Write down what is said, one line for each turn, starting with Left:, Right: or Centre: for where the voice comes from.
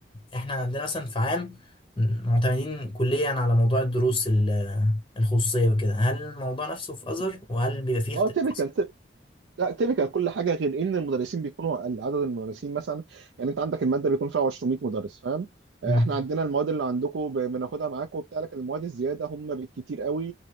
Left: احنا عندنا مثلا في عام معتمدين كليا على موضوع الدروس ال- الخصوصيه وكده هل الموضوع نفسه في
Right: مم.
Left: ازهر وهل بيبقى فيه اختلاف
Right: اه تيبيكال
Left: اصلا
Right: لا تيبيكال كل حاجه غير ان المدرسين بيكونوا اقل عدد المدرسين مثلا يعني انت عندك الماده بيكون فيها 200 مدرس فاهم آه،
Left: امم
Right: احنا عندنا المواد اللي عندكم ب- بناخدها معاكم وبتاع لكن المواد الزياده هم بالكتير قوي